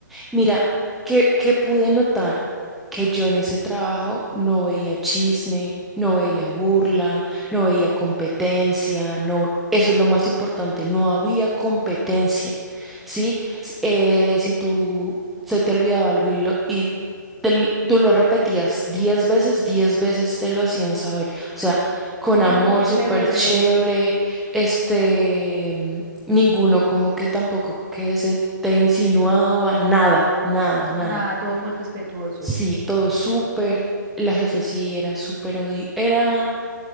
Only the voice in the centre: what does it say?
Mira, que, que pude notar que yo en ese trabajo no veía chisme, no veía burla, no veía competencia, no, eso es lo más importante, no había competencia, ¿sí? S- eh, si tú se te olvidaba algo y, lo, y te l- tú lo repetías diez veces, diez veces te lo hacían saber, o sea, con
amor,
súper chévere, este... mm, Ninguno como que tampoco que se te insinuaba, nada, nada, nada.
Sí, todo súper, la jefe sí era súper odio, era,